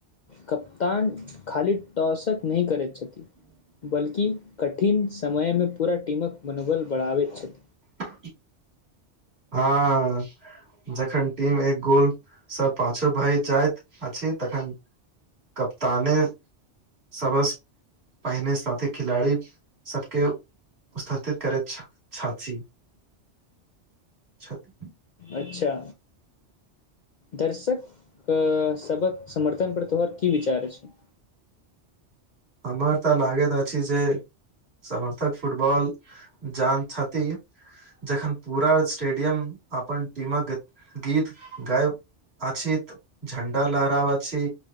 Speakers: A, on the left (about 60°); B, on the right (about 60°).
A: कप्तान खी टाॅसक नहि करैत छथि बल्कि कठिन समयमे पूरा टीमक मनोबल बढ़ाबैत छथि
B: टा हँ जखन टीम एक गोलसँ पाछु भऽ जाइत अछि तखन कप्ताने सबस पहिने साथी खिलाड़ी सभके उत्साहित करैत छथिन छथि
A: अच्छा दर्शक सभक समर्थन पर तोहर की विचार छनि
B: हमर तऽ लागैत अछि जे समर्थक फुटबॉल जान छथि जखन पूरा स्टेडियम अपन टीमक गीत गाबि अछैत झण्डा लहराव छी